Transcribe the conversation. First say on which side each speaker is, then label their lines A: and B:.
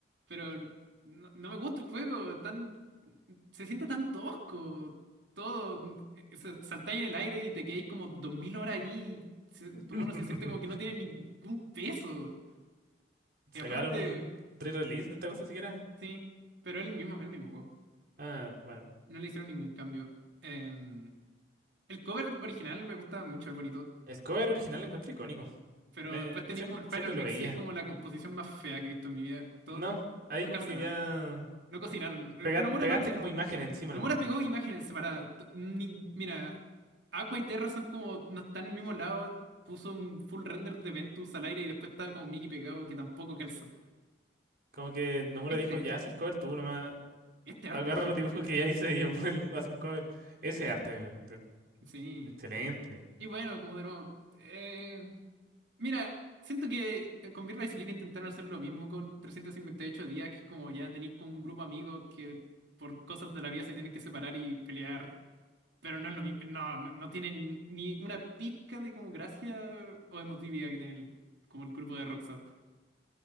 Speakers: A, on the right; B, on the right.
A: Pero no, no me gusta el juego, tan, se siente tan tosco. Todo, eh, sa- saltáis en el aire y te quedáis como 2000 horas ahí. Se- tu
B: <laughs>
A: mono se siente como que no tiene ningún peso.
B: ¿Sacaron
A: Y aparte,
B: un re-release de esta cosa siquiera?
A: Sí, pero es el mismo, el mismo juego.
B: Ah, bueno.
A: No le hicieron ningún cambio. Em, el cover original me gustaba mucho, es bonito.
B: El cover original lo encuentro icónico.
A: Pero
B: Me-
A: después tenéis
B: siem-
A: como el
B: siempre
A: final mix
B: lo veía.
A: y es como la composición más fea que he visto en mi vida. Todo
B: No, ahí
A: no
B: como
A: calza
B: que
A: nada.
B: ya
A: No cocinaron. Eh,
B: pega-
A: Nomura
B: pegaste
A: no cocinó.
B: como imágenes encima
A: Nomura
B: nomás.
A: pegó imágenes separadas. T- nin- Mira, Aqua y Terra son como. No están en el mismo lado. Puso un full render de Ventus al aire y después estaba como Mickey pegado que tampoco calza.
B: Como que Nomura
A: Este,
B: dijo, ya haz el cover tú, nomás
A: este arte
B: agarra
A: es genial.
B: los dibujos que ya hice y después <laughs> hace un cover. Ese arte, eh,
A: Sí.
B: excelente.
A: Y bueno, como de nuevo, eh, mira, siento que eh, con Birth by Sleep intentaron hacer lo mismo con 358 días, que es como ya tenéis con un grupo de amigos que por cosas de la vida se tienen que separar y pelear, pero no es lo mismo, no, no, no tienen ni una pizca de como gracia o emotividad que tiene el- como el grupo de Rockstar.